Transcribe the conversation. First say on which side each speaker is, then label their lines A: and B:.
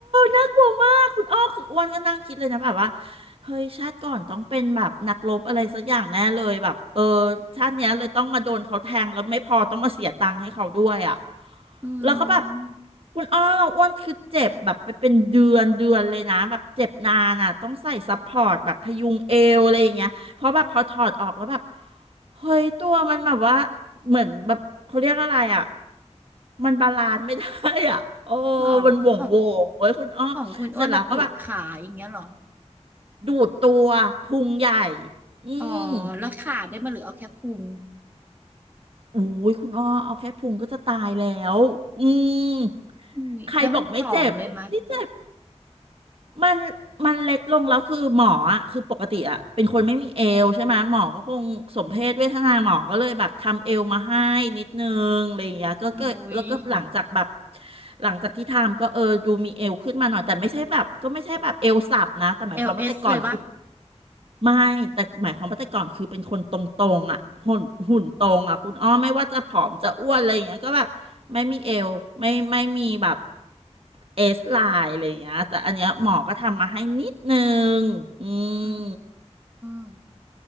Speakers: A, on the right (about 55°); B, on the right (about 15°).
A: น่ากลัวมากคุณอ้อคืออ้วนก็นั่งคิดเลยนะแบบว่าเฮ้ยชาติก่อนต้องเป็นแบบนักรบอะไรสักอย่างแน่เลยแบบเออชาติเนี้ยเลยต้องมาโดนเขาแทงแล้วไม่พอต้องมาเสียตังค์ให้เขาด้วยอ่ะ
B: อื
A: แล้วก็แบบ
B: ม
A: คุณอ้อเราอ้วนคือเจ็บแบบไปเป็นเดือนเดือนเลยนะแบบเจ็บนานอ่ะต้องใส่ซัพพอร์ตแบบพยุงเอวอะไรอย่างเงี้ย เพราะแบบพอถอดออกแล้วแบบเฮ้ยตัวมันแบบว่าเหมือนแบบเขาเรียกอะไรอ่ะมันบาลานซ์ไม่ได้อ่ะ <laughs> โอ้
B: เหรอของ
A: มันโหว่งโหว่งเว้ยคุณอ้อ
B: ของคุณอ้วนแบบดูดขาอย่างเงี้ยเหรอ
A: เสร็จแล้วก็แบบดูดตัวพุงใหญ่อืม
B: อ๋อแล้วขาได้มาหรือเอาแค่พุง
A: อุ้ยคุณอ้อเอาแค่พุงก็จะตายแล้วอืม
B: อุ้ยแล้วมันผอมเลยมะ
A: ใครบอกไม่เจ็บนี่เจ็บ มันมันเล็กลงแล้วคือหมออ่ะคือปกติอ่ะเป็นคนไม่มีเอวใช่ไหมหมอก็คงสมเพศเวทนาหมอก็เลยแบบทำเอวมาให้นิดนึงอะไรอย่างเงี้ยก็ก็แล้วก็หลังจากแบบ
B: อุ้ย
A: หลังจากที่ทำก็เออดูมีเอวขึ้นมาหน่อยแต่ไม่ใช่แบบก็ไม่ใช่แบบเอวสับนะแต่หมายความว่าแต่ก่อนคือ
B: เอลเอสเลยปะ
A: ไม่แต่หมายความว่าแต่ก่อนคือเป็นคนตรงๆอ่ะหุ่นหุ่นตรงอ่ะคุณอ้อไม่ว่าจะผอมจะอ้วนอะไรอย่างเงี้ยก็แบบไม่มีเอวไม่ไม่มีแบบเอสไลน์อะไรอย่างเงี้ยแต่อันเนี้ยหมอก็ทำมาให้นิดนึงอืม
B: อืม